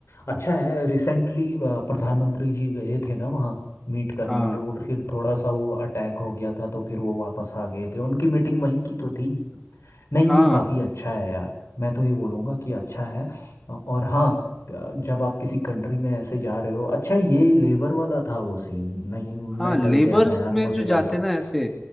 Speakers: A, on the left; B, in the centre.
A: अच्छा है रिसेंटली प्रधानमंत्री जी गए थे ना वहाँ मीट करने
B: हाँ
A: के लिए वो फिर थोड़ा सा वो अटैक हो गया था तो फिर वो वापस आ गए थे उनकी मीटिंग वहीं की तो थी नहीं
B: हाँ
A: ये काफ़ी अच्छा है यार मैं तो ये बोलूँगा कि अच्छा है और हाँ जब आप किसी कंट्री में ऐसे जा रहे हो अच्छा ये लेबर वाला था वो सीन नहीं मैं
B: हाँ लेबर्स
A: डर गया था यार
B: में
A: मुझे
B: जो जाते
A: लगा
B: ना ऐसे